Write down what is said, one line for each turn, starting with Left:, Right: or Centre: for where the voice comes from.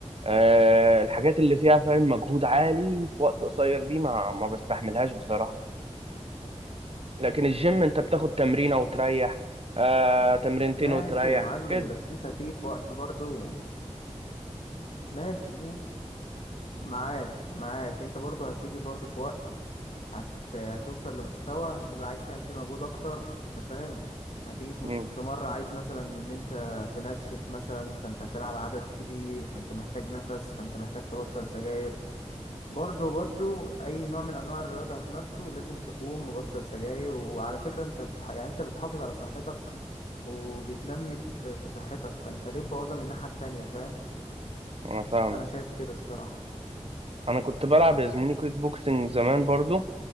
Right: آه، الحاجات اللي فيها فاهم مجهود عالي في وقت قصير دي ما ما بستحملهاش بصراحة لكن الجيم انت بتاخد تمرينة وتريح آه تمرينتين
Left: ماشي
Right: وتريح
Left: يا معلم
Right: كده
Left: بس انت هتيجي في وقت برضو ماشي ماشي معاك معاك انت برضو هتيجي برضو في وقت هت... هتوصل لمستوى هتبقى عايز تعمل فيه مجهود اكتر انت فاهم هتيجي في
Right: مم،
Left: مست... في مرة عايز مثلا ان انت تنشف مثلا فانت هتلعب عدد كبير فانت محتاج نفس فانت محتاج تبطل سجاير برضو برضو اي نوع من انواع الرياضة هتمارسه لازم تكون مبطل سجاير وعلى فكرة انت بتح... يعني انت بتحافظ على صحتك وبتنمي في في صحتك فانت ليه تبوظها من الناحية التانية فاهم
Right: انا فاهمك
Left: انا شايف كده الصراحة
Right: انا كنت بلعب يا زميلي كيك بوكسنج زمان برضو